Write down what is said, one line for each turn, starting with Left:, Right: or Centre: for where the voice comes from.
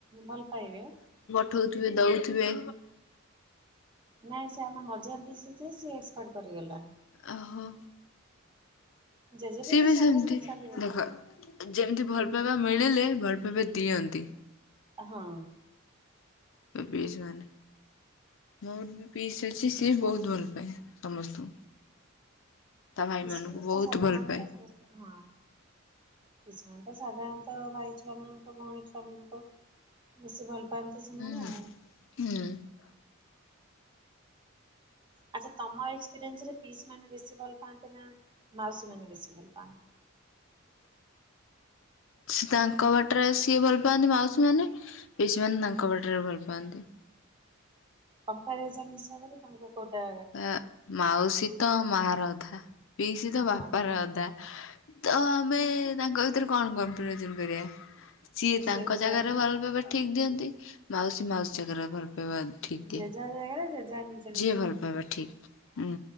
Right: ଭଲ ପାଇବେ
Left: ଉଠଉଥିବେ, ଦଉଥିବେ
Right: ନାଇଁ ସେ ଆମ ମଝିଆଁ ପିଇସି ଯିଏ ସିଏ ଏକ୍ସପାର୍ଟ କରିଗଲା।
Left: ଓହୋ।
Right: ଜେଜେ
Left: ସିଏ
Right: ଫେଜେ
Left: ବି
Right: ସବୁ
Left: ସେମତି।
Right: ଚାଲିଗଲେଣି
Left: ଦେଖ ଯେମିତି ଭଲ ପାଇବା ମିଳିଲେ ଭଲ ପାଇବା ଦିଅନ୍ତି।
Right: ହଁ।
Left: ଏ ପିସିମାନେ। ମୋର ବି ପିସି ଅଛି, ସିଏ ବହୁତ ଭଲ ପାଏ ସମସ୍ତଙ୍କୁ। ତା ଭାଇ
Right: ପିଇସି
Left: ମାନଙ୍କୁ
Right: ମାନେ ତ
Left: ବହୁତ
Right: ସାଧାରଣତଃ
Left: ଭଲ ପାଏ।
Right: ହଁ। କିଷମାନେ ତ ସାଧାରଣତଃ ଭାଇ ଛୁଆ ମାନଙ୍କ ଭଉଣୀ ଛୁଆ ମାନଙ୍କ। ବେଶୀ ଭଲ ପାଆନ୍ତି ସେମାନେ
Left: ହୁଁ
Right: ଆଉ।
Left: ହୁଁ।
Right: ଆଚ୍ଛା ତମ ଏକ୍ସପିରିଏନ୍ସ ରେ ପିଇସି ମାନେ ବେଶୀ ଭଲ ପାଆନ୍ତେ ନା ମାଉସୀ ମାନେ ବେଶୀ ଭଲ ପାଆନ୍ତି?
Left: ସେ ତାଙ୍କ ବାଟରେ ସିଏ ଭଲ ପାଆନ୍ତି ମାଉସୀ ମାନେ ପିଇସି ମାନେ ତାଙ୍କ ବାଟରେ ଭଲ ପାଆନ୍ତି।
Right: କମ୍ପାରିଜନ ହିସାବରେ ତାଙ୍କୁ କୋଟା।
Left: ଏ ମାଉସୀ ତ ମା ର ଅଧା। ପିଇସି ତ ବାପାର
Right: ହଁ
Left: ଅଧା ତ ଆମେ ତାଙ୍କ ଭି ରୁ କଣ କମ୍ପାରିଯନ୍ କରିବା ସିଏ ତାଙ୍କ
Right: ସେଇ କଥା
Left: ଜାଗାରେ ଭଲପାଇବା ଠିକ ଦିଅନ୍ତି। ମାଉସୀ ମାଉସୀ ଜାଗାରେ ଭଲ ପାଇବା ଠିକ ଦିଏ
Right: ଜେଝା ଜାଗାରେ ଜେଝା ମିସ
Left: ଯିଏ ଭଲ ପାଇବା ଠିକ୍ ଉଁ।